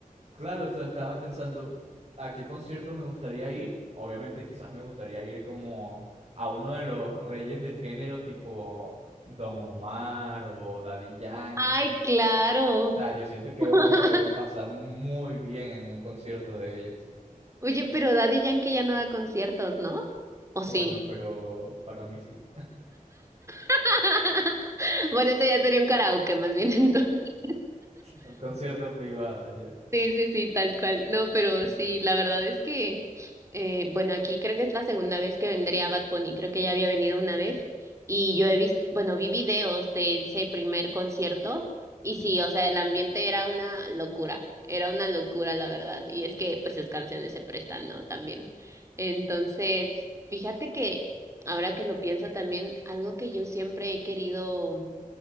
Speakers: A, on the right; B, on the right.
A: claro, o sea, estaba pensando a qué concierto me gustaría ir. Obviamente quizás me gustaría ir como a uno de los reyes del género, tipo Don Omar o Daddy Yankee.
B: Ay, claro.
A: O sea, yo siento que
B: <laughs>
A: uno se debe pasar muy bien en un concierto de ellos.
B: Oye, pero Daddy Yankee ya no da conciertos, ¿no?
A: Bueno,
B: ¿O sí?
A: pero para mí sí.
B: <laughs> Bueno, eso ya sería un karaoke más bien <laughs>
A: Un concierto privado ya.
B: Sí, sí, sí, tal cual. No, pero sí, la verdad es que, eh, bueno, aquí creo que es la segunda vez que vendría Bad Bunny, creo que ya había venido una vez y yo he visto, bueno, vi videos de ese primer concierto y sí, o sea, el ambiente era una locura, era una locura, la verdad. Y es que, pues, sus canciones se prestan, ¿no? También. Entonces, fíjate que, ahora que lo pienso también, algo que yo siempre he querido